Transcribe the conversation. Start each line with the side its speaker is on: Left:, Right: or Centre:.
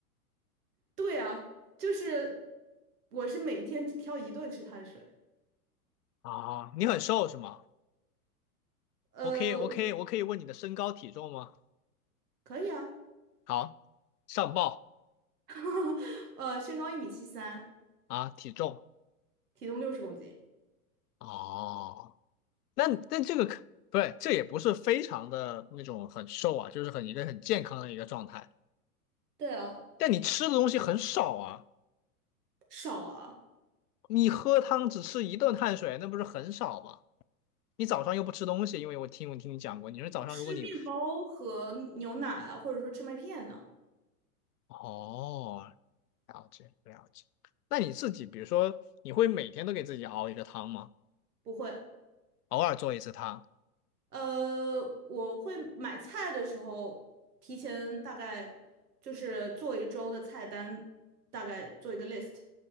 Right: 对啊，就是我是每天只挑一顿吃碳水，
Left: 啊，你很瘦是吗？
Right: 呃，
Left: 我可以我可以我可以问你的身高体重吗？
Right: 可以啊，
Left: 好，上报
Right: <laughs> 呃，身高一米七三，
Left: 啊，体重
Right: 体重六十公斤，
Left: 哦，那那这个可对，这也不是非常的那种很瘦啊，就是很一个很健康的一个状态，
Right: 对啊，
Left: 但你吃的东西很少啊。
Right: 少啊，
Left: 你喝汤只吃一顿碳水，那不是很少吗？你早上又不吃东西，因为我听我听你讲过，你说早上如果你
Right: 吃面包和牛奶啊，或者说吃麦片呢，
Left: 哦，了解了解，那你自己比如说你会每天都给自己熬一个汤吗？
Right: 不会。
Left: 偶尔做一次汤？
Right: 呃，我会买菜的时候，提前大概就是做一周的菜单，大概做一个 list。